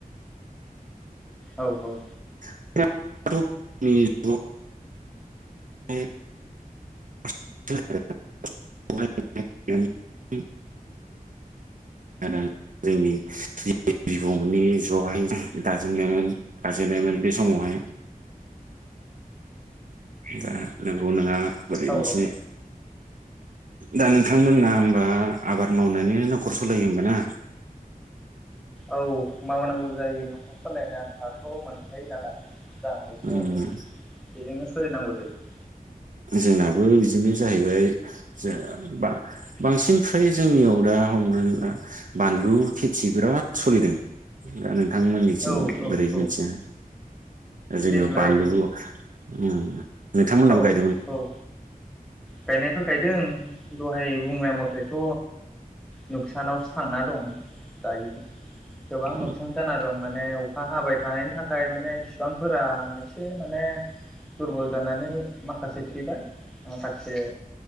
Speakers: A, in the centre; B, on the right.
A: औ औ
B: <inaudible> <inaudible> <unintelligible> <unintelligible> जोंनि <unintelligible> बिबौमोननि जुगावहाय दाजेन <unintelligible> मोन दाजेननायमोन बे समावहाय दा नोंगौ नोङा बोरै
A: औ
B: मिथिनो
A: औ
B: दा नोंथांमोना होमबा आबाद मावनानैनो न'खर सालायो होमबा ना?
A: औ मावनांगौ जायो। न'खर सालायनो आन्थाथ' मोनखायो नालाय। दा आं एसे
B: उम
A: एनै बेजोंनो सलिनांगौ जायो।
B: जोंनाबो बिदिनो जाहैबाय ज बा बांसिन फ्राय जोंनियाव दा हमनानै बानलु खेथि बिराद सलिदों। दा नों <unintelligible> नोंथांमोननिथिं
A: औ औ
B: बोरै
A: औ
B: मिथिया। जेनब
A: देग्लाय
B: बानलु उम नोंथांमोनाव
A: औ
B: गाय
A: औ गायनायाथ' गायदों दहाय बुंनाय मथेथ' नुखसानावसो थांना दं दायो। गोबां
B: अ
A: नुखसान जाना दं माने अखा हाबाय थानायनि थाखाय माने बिबां फोरा एसे माने दुरबल जानानै माखासे थैबाय माखासे एसे